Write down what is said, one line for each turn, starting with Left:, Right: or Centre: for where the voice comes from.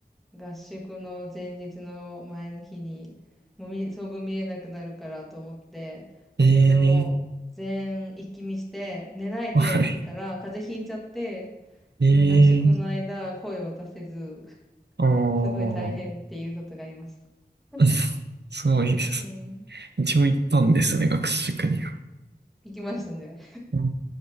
Centre: 合宿の前日の前の日に、もう見、相分見れなくなるからと思って、アニメを全一気見して、
Right: ええ
Centre: 寝ないで見てたら、
Right: ーはい、
Centre: 風邪ひいちゃって、
Right: ええー
Centre: その合宿の間、声を出せず、
Right: ああ
Centre: すごい大変っていうことがありました。<laughs>
Right: うん <laughs> すごいです。
Centre: うん。
Right: 一応行ったんですね、学習塾には。
Centre: 行きましたね。
Right: うん